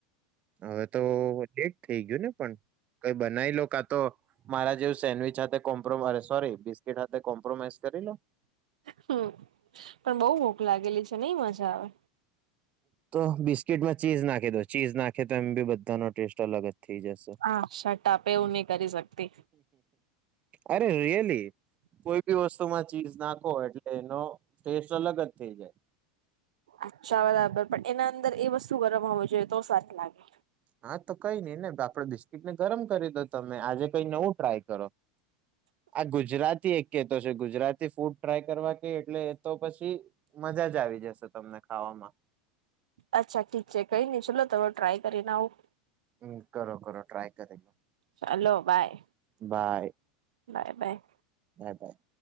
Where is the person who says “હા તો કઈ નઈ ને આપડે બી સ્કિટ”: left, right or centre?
Right